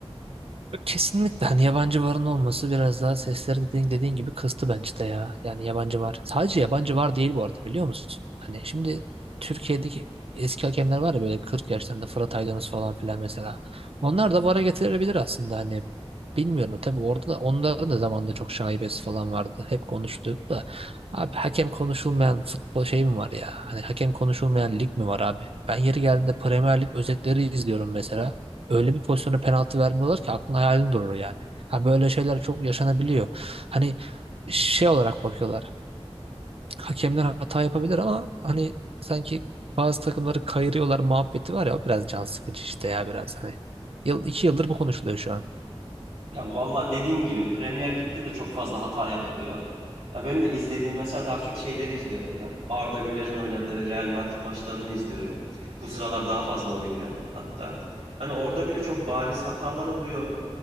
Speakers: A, on the right; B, on the right.
A: Kesinlikle hani yabancı varın olması biraz daha sesleri dediğin, dediğin gibi kıstı bence de ya. Yani yabancı var. Sadece yabancı var değil bu arada biliyor musun? Hani şimdi Türkiye'deki eski hakemler var ya böyle 40 yaşlarında Fırat Aydınus falan filan mesela. Onlar da VAR'a getirilebilir aslında hani. Bilmiyorum tabii orada da onların da zamanında çok şaibesi falan vardı. Hep konuşuluyordu da. Abi hakem konuşulmayan futbol şey mi var ya? Hani hakem konuşulmayan lig mi var abi? Ben yeri geldiğinde Premier Lig özetleri izliyorum mesela öyle bir pozisyona penaltı vermiyorlar ki aklın hayalin durur yani. Ha böyle şeyler çok yaşanabiliyor. Hani şey olarak bakıyorlar. Hakemler hata yapabilir ama hani sanki bazı takımları kayırıyorlar muhabbeti var ya o biraz can sıkıcı işte ya biraz hani. Yıl, iki yıldır bu konuşuluyor şu an.
B: Ya valla dediğin gibi Premier Lig'de de çok fazla hata yapılıyor. Ya benim de izlediğim mesela daha çok şeyleri izliyorum ben. Arda Güler'in oynadığı Real Madrid maçlarını izliyorum. Bu sıralar daha fazla oynuyor hatta. Hani orada bile çok bariz hatalar oluyor.